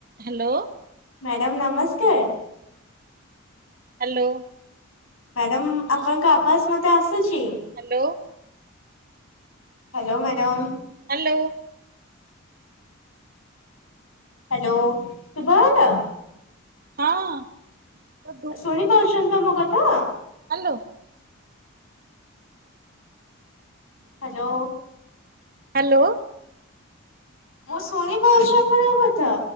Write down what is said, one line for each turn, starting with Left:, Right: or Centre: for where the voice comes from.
Right: ହେଲୋ।
Left: ମ୍ୟାଡ଼ମ ନମସ୍କାର।
Right: ହେଲୋ।
Left: ମ୍ୟାଡ଼ାମ ଆପଣଙ୍କ ଆବାଜ ମତେ ଆସୁଛି।
Right: Hello.
Left: Hello madam.
Right: Hello.
Left: Hello ସୁଭାଗଲା?
Right: ହଁ। ତ
Left: ଶୁଣି ପାରୁଛନ୍ତି ତ ମୋ କଥା?
Right: ହାଲୋ।
Left: ହାଲୋ।
Right: ହାଲୋ।
Left: ମୁଁ ଶୁଣି ପାରୁଛି ଆପଣଙ୍କ କଥା।